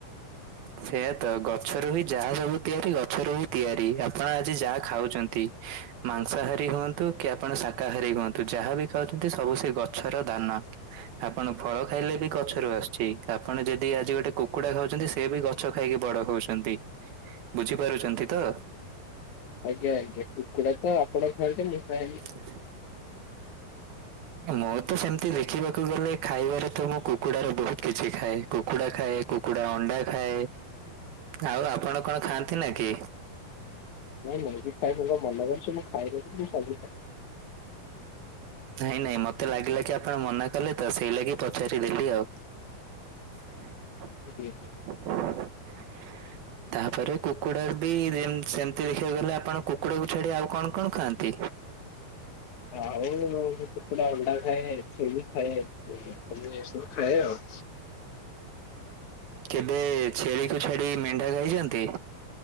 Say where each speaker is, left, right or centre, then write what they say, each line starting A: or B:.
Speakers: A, on the right (about 85°); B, on the left (about 65°).
A: ସେଇୟା ତ ଗଛରୁ ହି ଯାହା ସବୁ ତିଆରି ଗଛରୁ ହିଁ ତିଆରି ଆପଣ ଆଜି ଯାହା ଖାଉଛନ୍ତି। ମାଂସହାରୀ ହୁଅନ୍ତୁ କି ଆପଣ ଶାକାହାରୀ ହୁଅନ୍ତୁ ଯାହାବି ଖାଉଛନ୍ତି ସବୁ ସେଇ ଗଛର ଦାନ। ଆପଣ ଫଳ ଖାଇଲେ ବି ଗଛରୁ ଆସୁଛି ଆପଣ ଯଦି ଆଜି ଗୋଟେ କୁକୁଡା ଖାଉଛନ୍ତି ସେ ସେ ବି ଗଛ ଖାଇକି ବଡ ହଉଛନ୍ତି ବୁଝିପାରୁଛନ୍ତି ତ?
B: ଆଜ୍ଞା ଆଜ୍ଞା କୁକୁଡା ତ ଆପଣ ଖାଆନ୍ତି ମୁଁ ଖାଏନି।
A: <inaudible> ମୁଁ ତ ସେମତି ଦେଖିବାକୁ ଗଲେ ଖାଇବାରେ ତ ମୁଁ କୁକୁଡ଼ା ର ବହୁତ କିଛି ଖାଏ। କୁକୁଡା ଖାଏ କୁକୁଡା ଅଣ୍ଡା ଖାଏ ଆଉ ଆପଣ କଣ ଖାଆନ୍ତି ନା କି?
B: ମୁଁ ମୁଁ ବି ଖାଏ ମୁଁ କଣ ମନା କରୁଚି ମୁଁ ଖାଏ ବୋଲି ମୁଁ ସବୁ ଖାଏ।
A: ନାଇଁ ନାଇଁ ମତେ ଲାଗିଲା କି? ଆପଣ ମନା କଲେ ତ ସେଇ ଲାଗି ପଚାରିଦେଲି ଆଉ। <inaudible>
B: ଜିକ ଅାର୍ <inaudible>
A: ହ <inaudible> ତାପରେ କୁକୁଡା ବି ସେମିତି ଦେଖିବାକୁ ଗଲେ ଆପଣ କୁକୁଡାକୁ ଛାଡି ଆଉ କଣ କଣ ଖାଆନ୍ତି?
B: ଆଉ କୁକୁଡ଼ା ଅଣ୍ଡା ଖାଏ ଛେଳି ଖାଏ ସବୁ ଏସବୁ ଖାଏ ଆଉ।
A: କେବେ ଛେଳିକୁୁ ଛାଡି ମେଣ୍ଢା ଖାଇଛନ୍ତି?